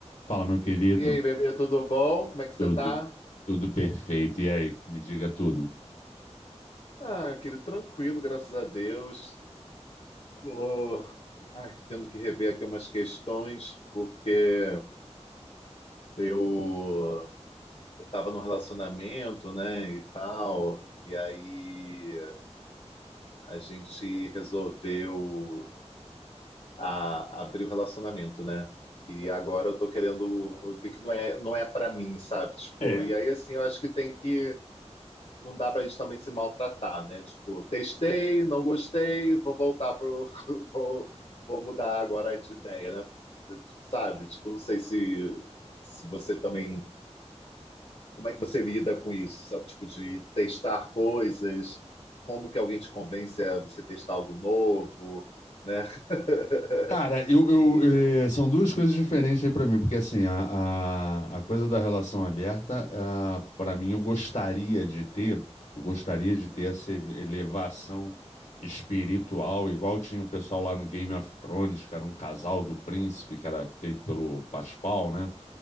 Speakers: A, on the left; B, on the left.
A: Fala, meu querido.
B: E aí, bebê, tudo bom? Como é que você
A: Tudo,
B: tá?
A: tudo perfeito. E aí, me diga tudo.
B: Ah, querido, tranquilo, graças a Deus. Tô, ai, tendo que rever aqui umas questões, porque eu, eu tava num relacionamento, né, e tal, e aí a gente resolveu a- abrir o relacionamento, né? E agora eu tô querendo ver que não é, não é para mim, sabe? Tipo,
A: É.
B: e aí assim, eu acho que tem que não dá pra gente também se maltratar, né? Tipo, testei, não gostei, vou voltar pro. <laughs> Vou, vou mudar agora de ideia, né? Sabe? Tipo, não sei se, se você também. Como é que você lida com isso, sabe? Tipo, de testar coisas, como que alguém te convence a você testar algo novo, né? <laughs>
A: Cara, eu, eu,
B: E.
A: eh, são duas coisas diferentes aí pra mim, porque assim, a, a, a coisa da relação aberta, ah, pra mim, eu gostaria de ter, eu gostaria de ter essa ev- elevação espiritual, igual tinha o pessoal lá no Game of Thrones, que era um casal do príncipe, que era feito pelo Pascoal, né?